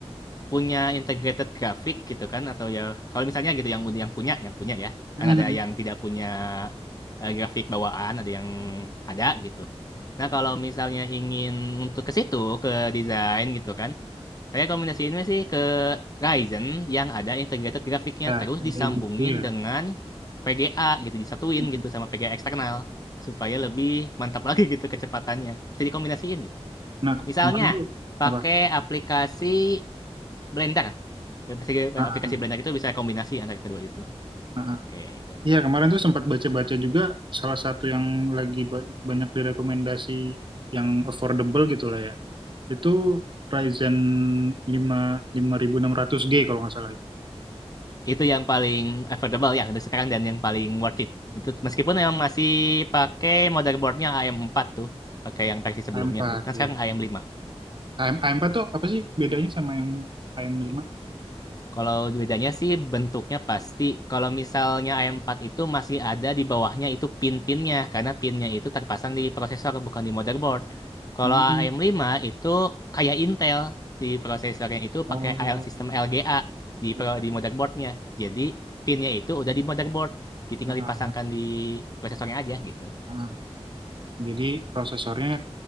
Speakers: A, on the left; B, on the right.
A: punya integrated grafik gitu kan atau ya kalau misalnya gitu yang yang punya yang punya ya
B: <laughs>
A: kan ada yang tidak punya eh, grafik bawaan ada yang ada gitu. Nah kalau misalnya ingin untuk ke situ ke desain gitu kan, saya rekomendasiin sih ke Ryzen yang ada integrated grafiknya
B: ya
A: terus
B: ada
A: disambungin
B: gitu ya.
A: dengan VGA gitu disatuin
B: Hmm.
A: gitu sama VGA eksternal supaya lebih mantap lagi gitu kecepatannya. Bisa dikombinasiin gitu.
B: Nah
A: Misalnya
B: kemarin tuh
A: pakai
B: apa?
A: aplikasi Blender aplikasi
B: Ah,
A: aplikasi
B: ah,
A: belanja itu bisa kombinasi antara kedua itu.
B: ah.
A: Oke, itu.
B: Iya, kemarin tuh sempat baca-baca juga salah satu yang lagi ba- banyak direkomendasi yang affordable gitu lah ya. Itu Ryzen lima lima ribu enam ratus g kalau nggak salah ya.
A: Itu yang paling affordable ya untuk sekarang dan yang paling worth it. Itu meskipun yang masih pakai motherboardnya AM4 tuh, pakai yang versi sebelumnya,
B: a empat
A: bukan
B: ya.
A: sekarang AM5.
B: AM, a empat tuh apa sih bedanya sama yang A M lima?
A: Kalau bedanya sih bentuknya pasti. Kalau misalnya AM4 itu masih ada di bawahnya itu pin-pinnya, karena pinnya itu terpasang di prosesor bukan di motherboard. Kalau
B: Hmm.
A: AM5 itu kayak Intel, si prosesornya itu
B: Oh,
A: pakai AL sistem LGA di
B: iya.
A: pro, di motherboardnya. Jadi pinnya itu udah di motherboard, Jadi tinggal
B: Ah,
A: dipasangkan
B: ah,
A: di prosesornya aja gitu.
B: ah. Jadi prosesornya